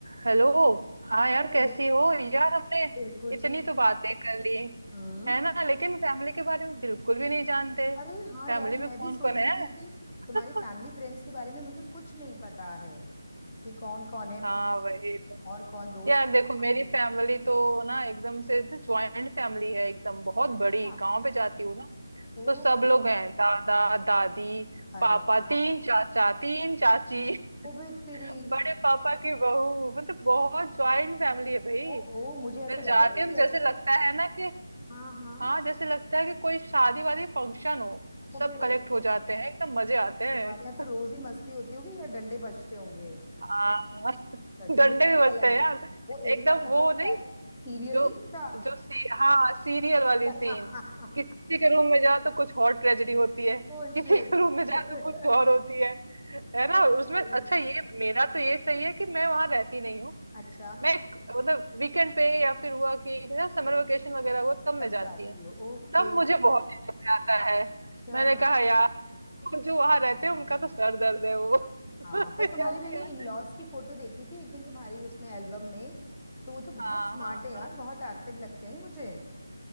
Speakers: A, on the right (about 65°); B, on the left (about 20°).
A: Hello हाँ यार
B: Hello
A: कैसी हो यार हमने
B: बिल्कुल
A: इतनी
B: ठीक
A: तो बातें कर ली
B: हम्म
A: है ना लेकिन फैमिली के बारे में बिल्कुल भी नहीं जानते
B: अरे हाँ
A: फैमिली
B: यार
A: में
B: मैं
A: कौन
B: भी सोच
A: कौन है
B: रही थी कि तुम्हारे
A: <laughs>
B: फैमिली फ्रेंड्स के बारे में मुझे कुछ नहीं पता है कि कौन कौन है
A: हाँ
B: family
A: वही तो
B: और कौन दोस्त
A: यार
B: है
A: देखो
B: तुम्हारे
A: मेरी फैमिली तो ना एकदम से ज्वाइंट फैमिली है एकदम बहुत
B: अच्छा
A: बड़ी गांव पे जाती हूँ ना
B: ओ
A: तो सब लोग हैं दादा दादी
B: अरे
A: पापा
B: वाह
A: तीन चाचा तीन चाची
B: ओबे तेरी
A: <laughs> बड़े पापा की बहू मतलब बहुत ज्वाइंट फैमिली है भाई
B: ओ हो मुझे ऐसा
A: मैं
B: लग
A: जाती
B: रहा है कि
A: हूँ तो
B: जैसे
A: जैसे लगता है ना कि
B: हाँ हाँ
A: हाँ जैसे लगता है कि कोई शादी वादी फंक्शन हो
B: ओबे
A: सब कलेक्ट हो जाते हैं एकदम मजे आते हैं
B: तुम्हारे यहाँ तो रोज ही मस्ती होती होगी या डंडे बजते होंगे
A: हाँ <laughs>
B: सच
A: डंडे
B: में मुझे
A: भी
B: ऐसा
A: बजते
B: लग
A: हैं
B: रहा
A: यार
B: है वो एकता
A: एकदम
B: कपूर
A: वो नहीं
B: का सीरियल
A: जो
B: नहीं होता
A: जो सी, हाँ सीरियल वाली सीन
B: <laughs>
A: किसी के रूम में जाओ तो कुछ और ट्रेजेडी होती है
B: Oh
A: किसी
B: shit
A: के रूम में जाओ
B: <laughs>
A: तो कुछ और होती है है ना
B: ओहो
A: उसमें अच्छा ये मेरा तो ये सही है कि मैं वहां रहती नहीं हूँ
B: अच्छा
A: मैं एक- मतलब वीकेंड पे या फिर हुआ कि ना समर वेकेशन वगैरह हुआ तब मैं
B: तब
A: जाती
B: जाती
A: हूँ
B: हो ओके
A: तब मुझे बहुत enjoy आता है
B: अच्छा
A: मैंने कहा यार और जो वहां
B: हाँ
A: रहते हैं उनका तो सर दर्द है वो <laughs>
B: हाँ पर तुम्हारे
A: या उनके
B: मैंने
A: यार
B: इन लॉज की फोटो देखी थी एक दिन तुम्हारी उसमें एल्बम में तो वो तो बहुत
A: हाँ
B: स्मार्ट
A: हाँ
B: है यार
A: हाँ
B: बहुत एक्टिव लगते हैं मुझे